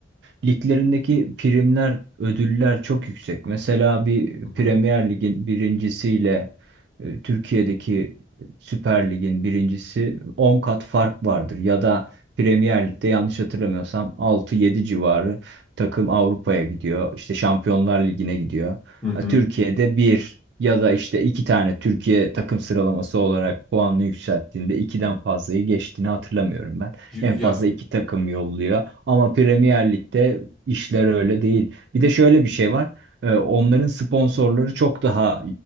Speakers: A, on the right (about 60°); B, in the centre.
A: e, liglerindeki primler, ödüller çok yüksek. Mesela bir
B: Hı
A: Premier
B: hı.
A: Lig'in birincisiyle e, Türkiye'deki Süper Lig'in birincisi 10 kat fark vardır. Ya da Premier Lig'de yanlış hatırlamıyorsam altı yedi civarı takım Avrupa'ya gidiyor. İşte Şampiyonlar Ligi'ne gidiyor.
B: Hı hı.
A: Ha, Türkiye'de bir ya da işte iki tane Türkiye takım sıralaması olarak puanını yükselttiğinde ikiden fazlayı geçtiğini hatırlamıyorum ben.
B: Y-
A: En fazla
B: Ya
A: iki takım yolluyor. Ama Premier Lig'de işler öyle değil. Bir de şöyle bir şey var. Ee, Onların sponsorları çok daha